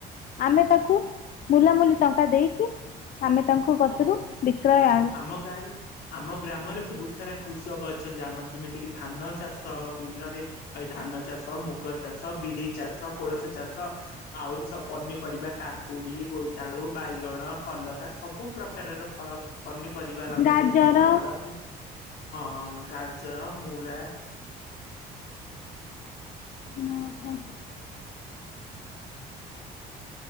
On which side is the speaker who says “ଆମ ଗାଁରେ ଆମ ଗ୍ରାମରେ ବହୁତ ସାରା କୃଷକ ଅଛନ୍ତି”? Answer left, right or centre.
Left